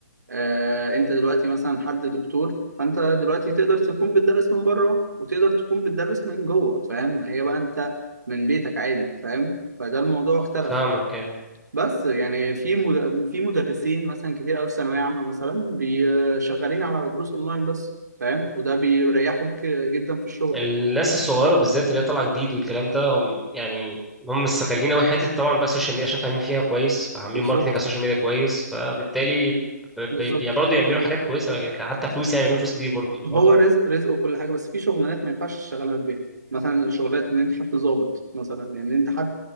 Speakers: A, on the right; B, in the centre.
A: آه انت دلوقتي مثلا حد دكتور فانت دلوقتي تقدر تكون بتدرس من بره وتقدر تكون بتدرس من جوه فاهم هي بقى انت من بيتك عادي فاهم فده الموضوع اختلف
B: فاهمك يعني.
A: بس يعني في مد... في مدرسين مثلا كتير قوي في ثانويه عامه مثلا بي- شغالين على دروس اونلاين بس فاهم وده بيريحهم ك- جدا في الشغل
B: الناس الصغيرة بالذات اللي هي طالعة جديد والكلام ده هم يعني هم مستغلين أوي حتة طبعا بقى السوشيال ميديا عشان فاهمين فيها كويس فعاملين
A: بالظبط
B: ماركتنج على السوشيال ميديا كويس فبالتالي ب- بي-
A: بالظبط
B: يعني برضه يعملوا حاجات كويسة يعني حتى فلوس يعني بيعملوا فلوس كتير برضه من
A: هو
B: الحوار ده
A: رزق رزق وكل حاجه بس في شغلانات ما ينفعش تشتغلها من البيت مثلا شغلات ان انت حد ضابط مثلا ان انت حد